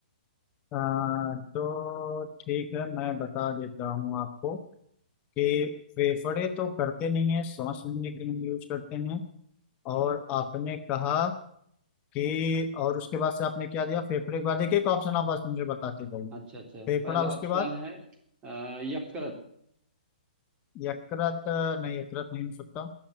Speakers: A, on the left; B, on the right.
A: आ, तो ठीक है मैं बता देता हूँ आपको कि फेफड़े तो करते नहीं है सांस लेने के लिए यूज करते हैं और आपने कहा कि और उसके बाद से आपने क्या दिया फेफड़े के बाद एक एक ऑप्शन आप बस मुझे बताते जाइए
B: अच्छा अच्छा
A: फेफड़ा
B: पहला
A: उसके
B: ऑप्शन
A: बाद
B: है अ, यकृत
A: यकृत नहीं यकृत नहीं हो सकता